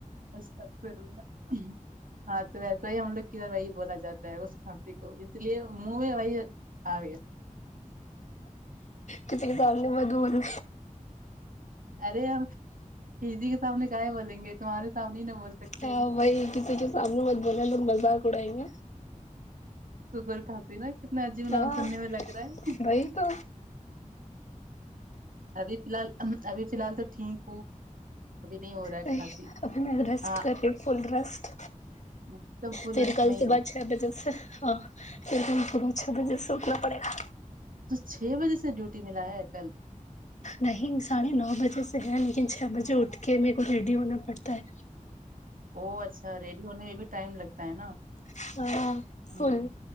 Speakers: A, on the right; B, on the left.
A: استقفر اللہ ہاں تو ویسا ہی ہم لوگ کی ادھر وہی بولا جاتا ہے اس کھانسی کو اس لیے موو وی اگ
B: کسی کے سامنے میں دول
A: ارے ہم ہ جی کے سامنے کہئے بولیں گے تمہارے سامنے ہی نہیں بول سکتے
B: ہاں
A: ہیں
B: وہی کسی کے سامنے مت بوولے لوگ مذاق اڑائیں گے
A: ککر کھاتی نا کتنا عجیب
B: ہاں
A: نام سننے میں لگ رہا ہیں
B: وہی تو
A: ابھی فی الحال ابھی فی الحال تو ٹھیک ہو ابھی رہا ہے
B: نہیں
A: کھانسی
B: ابھی میں ریسٹ
A: ہاں
B: کر رہی فل ریسٹ
A: ایک دم فل
B: پھر
A: ریسٹ
B: کل
A: میں ہی
B: صبح
A: رہو
B: چھ بجے سے ہاں کیونکہ ان صبح چھ بجے سے اٹنا پڑے گا
A: تو چھ بجے سے ڈیوٹی ملا ہے کل
B: نہیں ساڑھے نو بجے سے ہے لیکن چھ بجے اٹھ کے میرے کو ریڈی ہونا پڑتا ہیں
A: او اچھا ریڈی ہونے میں بھی ٹائم لگتا ہے نا
B: ہے ہاں فل
A: ہوں